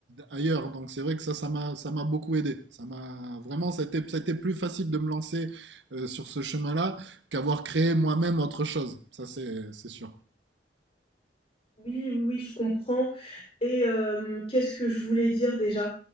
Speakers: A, on the right; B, on the left.
A: ailleurs. Donc c'est vrai que ça, ça m'a, ça m'a beaucoup aidé. Ça m'a vraiment, ça a, été, ça a été plus facile de me lancer euh, sur ce chemin-là qu'avoir créé moi-même autre chose. Ça, c'est, c'est sûr.
B: Oui, oui, oui, je comprends. Et hem, qu'est-ce que je voulais dire déjà?